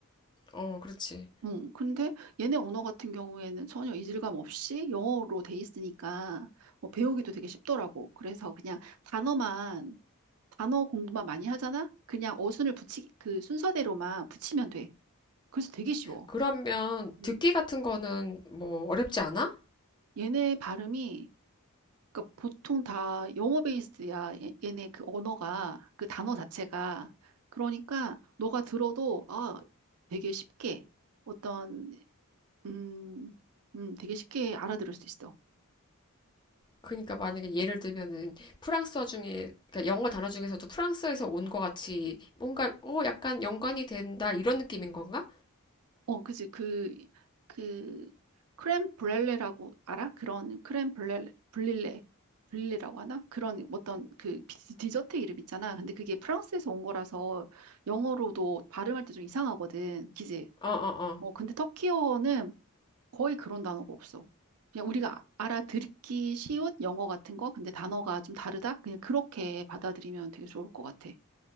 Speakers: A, on the left; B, on the right.
A: 어, 그렇지.
B: 응, 근데 얘네 언어 같은 경우에는 전혀 이질감 없이 영어로 돼 있으니까 뭐 배우기도 되게 쉽더라고. 그래서 그냥 단어만, 단어 공부만 많이 하잖아? 그냥 어순을 붙이, 그 순서대로만 붙이면 돼. 그래서 되게 쉬워.
A: 그러면
B: 음.
A: 듣기 같은 거는 뭐 어렵지 않아?
B: 얘네 발음이, 그러니까 보통 다 영어 베이스야. 얘- 얘네 그 언어가, 그 단어 자체가. 그러니까 너가 들어도, 아, 되게 쉽게 어떤, 음, 음, 되게 쉽게 알아들을 수 있어.
A: 그러니까 만약에 예를 들면은 프랑스어 중에 그러니까 영어 단어 중에서도 프랑스에서 온 거 같이 뭔가 어 약간 연관이 된다 이런 느낌인 건가?
B: 어, 그지. 그, 그, 크렘 브렐레라고 알아? 그런 크렘 브렐레, 블릴레, 블릴레라고 하나? 그런 어떤 그 비- 디저트 이름 있잖아. 근데 그게 프랑스에서 온 거라서 영어로도 발음할 때 좀 이상하거든. 그지?
A: 어, 어, 어.
B: 뭐, 근데 터키어는 거의 그런 단어가 없어. 그냥 우리가 알아듣기 쉬운 영어 같은 거, 근데 단어가 좀 다르다? 그냥 그렇게 받아들이면 되게 좋을 것 같아.